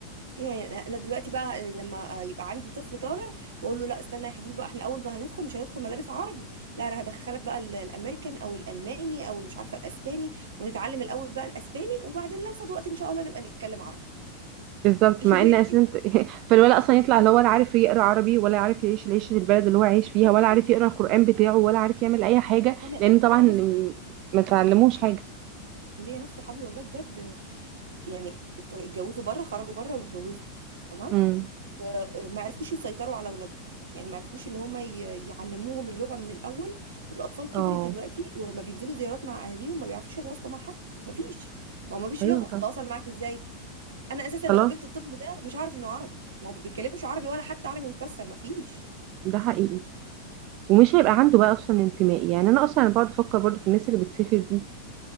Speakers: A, on the right; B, on the right.
A: يعني انا دلوقتي بقى لما يبقى عندي طفل طالع واقول له لا استنى يا حبيبي بقى احنا اول ما هندخل مش هندخل مدارس عربي لا انا هدخلك بقى ال- الامريكان او الالماني او مش عارفه الاسباني ونتعلم الاول بقى الاسباني وبعدين لو فاض وقت ان شاء الله نبقى نتكلم عربي
B: بالظبط
A: <laughs>
B: مع ان اساسا
A: ليه
B: انت- <laughs> فالولد اصلا يطلع لا هو ولا عارف يقرا عربي ولا عارف يعيش العيشه البلد اللي هو عايش فيها
A: بالظبط
B: ولا عارف
A: كده
B: يقرا القران بتاعه ولا عارف يعمل اي حاجه
A: انا
B: لان
A: انا
B: طبعا
A: ليا ناس
B: ما تعلموش حاجه
A: ليا ناس صحابي والله بجد يعني ات- اتجوزوا بره خرجوا بره واتجوزوا تمام
B: امم
A: وما عرفوش يسيطروا على اولادهم يعني ما عرفوش ان هم ي- يعلموهم اللغه من الاول والاطفال كبرت
B: اه
A: دلوقتي وما بينزلوا زيارات مع اهاليهم ما بيعرفوش يتواصلوا مع حد ما فيش ما هو ما فيش
B: ايوه
A: لغه
B: طبعا
A: هتواصل معاك ازاي انا اساسا لو
B: خلاص
A: قابلت الطفل ده مش عارف انه عربي ما هو ما بيتكلمش عربي ولا حتى عربي مكسر ما فيش
B: ده حقيقي ومش
A: ما
B: هيبقى عنده بقى اصلا انتماء يعني انا اصلا بقعد افكر برضه في الناس اللي بتسافر دي